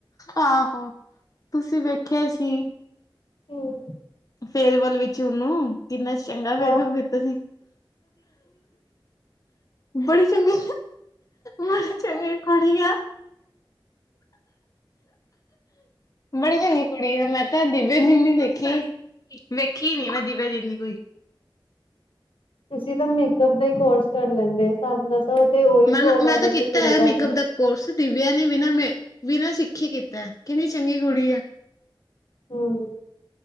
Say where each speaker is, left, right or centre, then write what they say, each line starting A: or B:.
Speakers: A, on the left (about 40°); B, on the left (about 85°).
A: ਆਹੋ ਤੁਸੀਂ ਵੇਖਿਆ ਸੀ।
B: ਹੂੰ
A: ਫੇਅਰਵੱਲ ਵਿੱਚ ਉਹਨੂੰ ਕਿੰਨਾ ਚੰਗਾ ਮੇਕਅੱਪ
B: ਹਾਂ
A: ਕੀਤਾ ਸੀ। ਬੜੀ ਚੰਗੀ ਬੜੇ ਚੰਗੇ। ਘਰ ਹੀ ਹੈ। ਬੜੀ ਚੰਗੀ ਕੁੜੀ ਹੈ ਮੈਂ। ਮੈਂ ਦੀਵਿਆ ਜਿੰਨੀ ਦੇਖੀ ਵੇਖੀ ਨੀ ਮੈਂ ਦਿਵਿਆ ਜਿੰਨੀ ਕੋਈ।
B: ਤੁਸੀਂ ਤਾਂ ਮੇਕਅਪ ਦਾ ਹੀ ਕੋਰਸ ਕਰ ਲੈਂਦੇ ਸਾਨੂੰ ਤਾਂ ਉਹ ਉਹੀ
A: ਮੈਨ
B: ਪ੍ਰੋ ਲੈਵਲ
A: ਮੈਂ ਤਾਂ ਕੀਤਾ
B: ਤੇ ਚਲਾ
A: ਹੈ
B: ਜਾਂਦਾ।
A: ਮੇਕਅਪ ਦਾ ਕੋਰਸ ਦਿਵਿਆਂ ਨੇ ਬਿਨਾਂ ਬਿਨਾਂ ਸਿੱਖੀ ਕੀਤਾ ਕਿੰਨੀ ਚੰਗੀ ਕੁੜੀ ਹੈ।
B: ਹੂੰ